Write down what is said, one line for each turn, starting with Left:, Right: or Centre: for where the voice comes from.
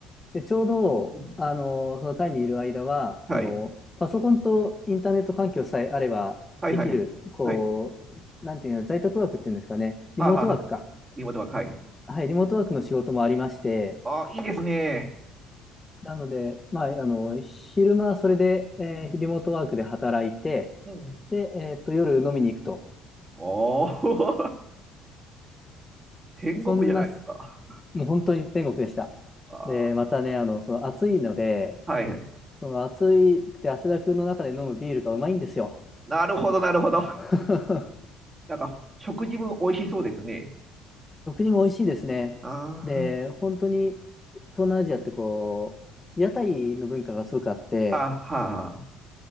Left: で、ちょうど、
Right: うん
Left: あの、そのタイにいる間は、その、
Right: はい。
Left: パソコンとインターネット環境さえあればできる、
Right: はいはいはい。
Left: こう、
Right: はい。
Left: なんていうの、在宅ワークっていうんですかね、リモートワークか。
Right: はあ、はあはあ、リモートワーク。はい。
Left: はい、リモートワークの仕事もありまして、
Right: ああ、いいですね。
Left: なので、まあ、あの、昼間はそれで、えーリモートワークで働いて、
Right: うん。うんうん
Left: で、えーっと、夜飲みに行くと。
Right: おー <laughs> 天国じゃないですか。
Left: そんな、もう本当に天国でした。
Right: あ
Left: で、またね、あの、その暑いので、
Right: あ、はいはい。
Left: その暑いくて汗だくの中で飲むビールがうまいんですよ。
Right: なるほど、なるほど。
Left: <laughs>
Right: なんか、食事も美味しそうですね。
Left: 食事も美味しいですね。
Right: あ
Left: で、本当に東南アジアってこう、屋台の文化がすごくあって、
Right: あ、あ、はあ、